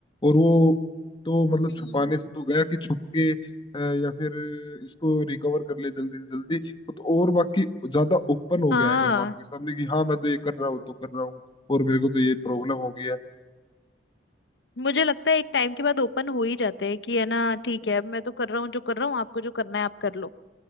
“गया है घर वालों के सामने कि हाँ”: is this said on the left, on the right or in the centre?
Left